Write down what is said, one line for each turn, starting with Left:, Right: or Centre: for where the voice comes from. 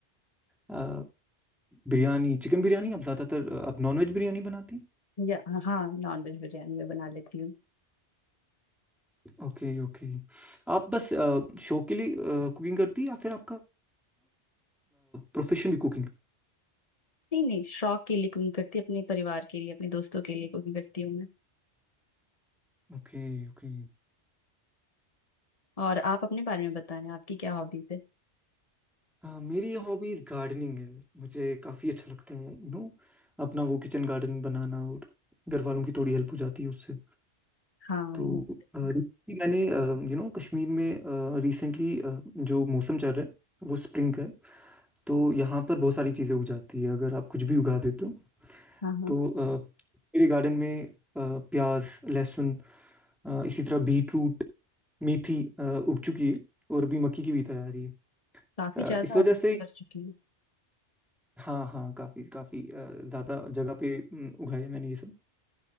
Centre: अ, बिरयानी चिकन बिरयानी आप ज़्यादातर अ, आप नॉनवेज बिरयानी बनाती
Left: या हाँ नॉन वेज बिरयानी मैं बना लेती हूँ
Centre: Okay okay आप बस अ, शौक के लिए कुकिंग करती है या फिर आपका प्रोफेशन भी कुकिंग
Left: नहीं नहीं शौक के लिए कुकिंग करती हूँ अपने परिवार के लिए अपने दोस्तों के लिए कुकिंग करती हूँ मैं
Centre: Okay okay
Left: और आप अपने बारे में बताएं आपकी क्या हॉबीज है
Centre: हाँ मेरी हॉबीज गार्डनिंग है मुझे काफ़ी अच्छा लगता है यू नो अपना वो किचन गार्डन बनाना और घर वालों की थोड़ी हेल्प हो जाती है उससे
Left: हाँ
Centre: तो
Left: ये तो सही
Centre: अ, recently
Left: है।
Centre: मैंने यू नो कश्मीर में रिसेंटली जो मौसम चल रहा है वो स्प्रिंग का है तो यहाँ पर बहुत सारी चीज़ें उग जाती है अगर आप कुछ भी उगा देते हो
Left: हाँ हाँ
Centre: तो अ, मेरे गार्डन में अ, प्याज लहसुन अ, इसी तरह बीट रूट, मेथी अ, उग चुकी है और अभी मक्की की भी तैयारी है
Left: काफी ज्यादा
Centre: अ, इस वजह
Left: आपने
Centre: से
Left: कर चुकी हूँ
Centre: हाँ हाँ काफ़ी काफ़ी ज़्यादा जगह पे अम, उगाया है मैंने ये सब